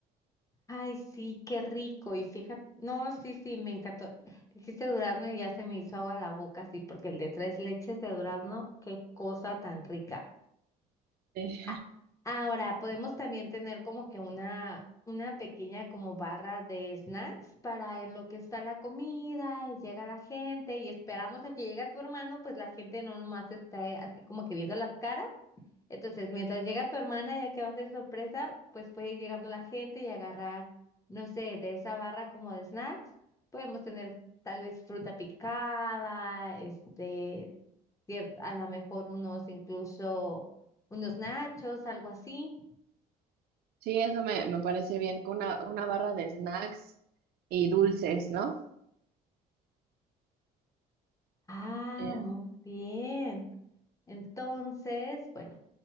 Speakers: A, on the left; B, on the right.
A: Ay, sí, qué rico. Y fíjate, no, sí, sí, me encantó. Dijiste durazno y ya se me hizo agua la boca, sí, porque el de tres leches de durazno, qué cosa tan rica.
B: Eh,
A: A- Ahora, podemos también tener como que una, una pequeña como barra de snacks para en lo que está la comida y llega la gente y esperamos a que llegue tu hermano, pues la gente no nomás está así como que viendo las caras entonces, mientras llega tu hermana, ya que va a ser sorpresa, pues puede ir llegando la gente y agarrar, no sé, de esa barra como de snacks. Podemos tener tal vez fruta picada, este, cier- a lo mejor unos incluso unos nachos, algo así.
B: Sí, eso me, me parece bien, con una, una barra de snacks y dulces, ¿no?
A: Ah,
B: Eh,
A: muy bien. Entonces, bueno,